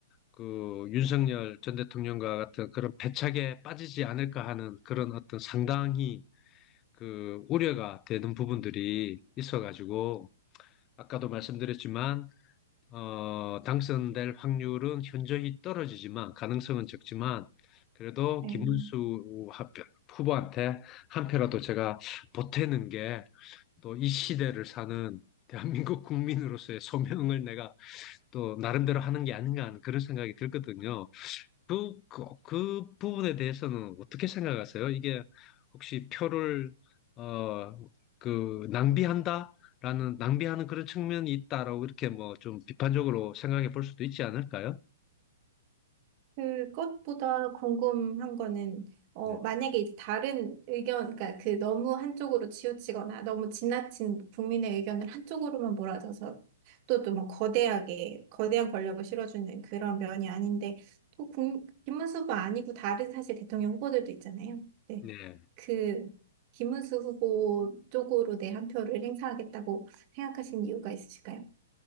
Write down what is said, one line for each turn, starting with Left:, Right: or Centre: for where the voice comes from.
Left: 그 윤석열 전 대통령과 같은 그런 패착에 빠지지 않을까 하는 그런 어떤 상당히 그 우려가 되는 부분들이 있어가지고 아까도 말씀드렸지만 어, 당선될 확률은 현저히 떨어지지만 가능성은 적지만 그래도
Right: 네.
Left: 김문수 하- 후보한테 한 표라도 제가 보태는 게 또 이 시대를 사는 대한민국 국민으로서의 소명을 내가 또 나름대로 하는 게 아닌가 하는 그런 생각이 들거든요. 그, 그, 그 부분에 대해서는 어떻게 생각하세요? 이게 혹시 표를, 어, 그, 낭비한다? 라는, 낭비하는 그런 측면이 있다라고 이렇게 뭐 좀 비판적으로 생각해 볼 수도 있지 않을까요?
Right: 그것보다 궁금한 거는, 어,
Left: 네.
Right: 만약에 이제 다른 의견, 그러니까 그 너무 한쪽으로 치우치거나 너무 지나친 국민의 의견을 한쪽으로만 몰아줘서 또, 또 뭐 거대하게, 거대한 권력을 실어주는 그런 면이 아닌데, 또 국, 김문수 후보 아니고 다른 사실 대통령 후보들도 있잖아요. 네.
Left: 네.
Right: 그, 김문수 후보 쪽으로 내 한 표를 행사하겠다고 생각하신 이유가 있으실까요?